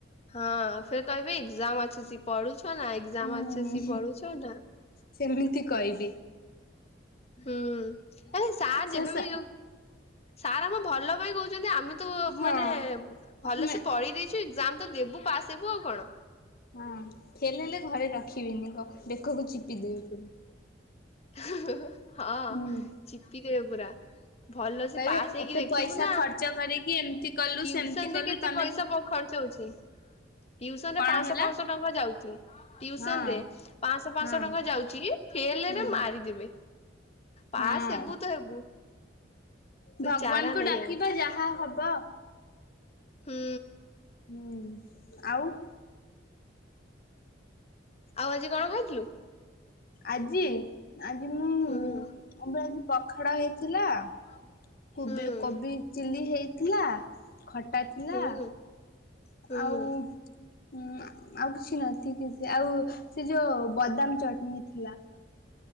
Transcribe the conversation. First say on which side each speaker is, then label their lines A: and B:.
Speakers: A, on the left; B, on the left.
A: ହଁ ଫେର୍ କହିବି ଏକ୍ଜାମ ଅସୁଛି ପଢୁଛ ନା ଏକ୍ଜାମ
B: ହୁଁ
A: ଅସୁଛି ପଢୁଛ ନା?
B: ସେମିତି କହିବି।
A: ହୁଁ ଆରେ ସାର୍
B: ସେ
A: ଯେବେ
B: ସା
A: ବି ଯୋଉ ସାର୍ ଆମ ଭଲ ପାଇଁ କହୁଛନ୍ତି। ଆମେ ତ
B: ହଁ।
A: ମାନେ ଭଲ
B: ଆମେ
A: ସେ ପଢି ଦେଇଛ୍ ଏକ୍ଜାମ ତ ଦେବୁ ପାସ ହେବୁ ଆଉ କଣ?
B: ହଁ, ଫେଲ ହେଲେ ଘରେ ରଖିବେନି କ ବେକକୁ ଚିପିଦେବି ପୁରୀ
A: ହା, ହଁ
B: ହୁଁ
A: ଚିପିଦେବେ ପୁରା। ଭଲ ସେ
B: କହିବେ
A: ପାସ୍ ହେଇକି
B: ଏତେ
A: ଦେଖେଇବୁ
B: ପଇସା
A: ନା।
B: ଖର୍ଚ୍ଚ କରିକି ଏମିତି କଲୁ
A: ଟିଉସନ୍
B: ସେମିତି
A: ରେ
B: କଲୁ
A: କେତେ
B: ତମେ
A: ପଇସା
B: କି
A: ବଉ ଖର୍ଚ୍ଚ ହେଉଛି? ଟିଉସନ
B: କଣ
A: ରେ ପାଂଶହ,
B: ହେଲା
A: ପାଂଶହ ଟଙ୍କା ଯାଉଛି, ଟିଉସନ୍
B: ହଁ
A: ରେ ପାଂଶହ, ପାଂଶହ
B: ହଁ
A: ଟଙ୍କା ଯାଉଛି। ଫେଲ୍ ହେଲେ
B: ହଁ
A: ମାରିବି ଦେବି ପାସ୍
B: ହଁ।
A: ହେବୁ ତ ହେବୁ
B: ଭଗବାନଙ୍କୁ
A: ଚାରା ନାହିଁ
B: ଡାକିବା,
A: ଆଉ
B: ଯାହା ହବ
A: ହୁଁ
B: ହୁଁ, ଆଉ।
A: ଆଉ ଆଜି କଣ ଖାଇଥିଲୁ?
B: ଆଜି ଆଜି ମୁଁ
A: ହୁଁ
B: ଆଜି ପଖାଳ ହେଇଥିଲା।
A: <inaudible>
B: କୋବି-
A: ହୁଁ
B: କୋବି ଚିଲି ହେଇଥିଲା, ଖଟା ନା
A: ହୁଁ ହୁଁ
B: ଆଉ ଉଁ ଆଉ କିଛି ନଥ କି ଆଉ ସେ ଯୋଉ ବଦାମ ଚଟନୀ ଥିଲା।